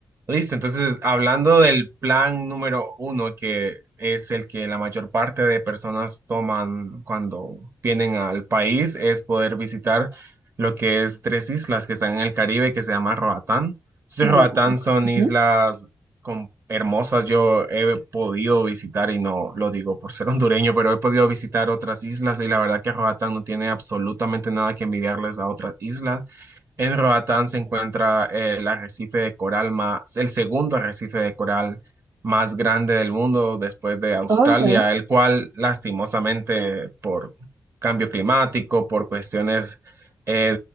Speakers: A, on the right; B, on the right.
A: Listo, entonces hablando del plan número uno, que es el que la mayor parte de personas toman cuando vienen al país, es poder visitar lo que es tres islas que están en el Caribe, que se llama Roatán. Entonces, Roatán
B: Roatán.
A: son
B: Ujú.
A: islas con- hermosas, yo he podido visitar, y no lo digo por ser <laughs> hondureño, pero he podido visitar otras islas y la verdad que Roatán no tiene absolutamente nada que envidiarles a otras islas. En Roatán se encuentra eh, el arrecife de coral más, el segundo arrecife de coral más grande del mundo después de Australia,
B: Ok.
A: el cual lastimosamente por cambio climático, por cuestiones eh,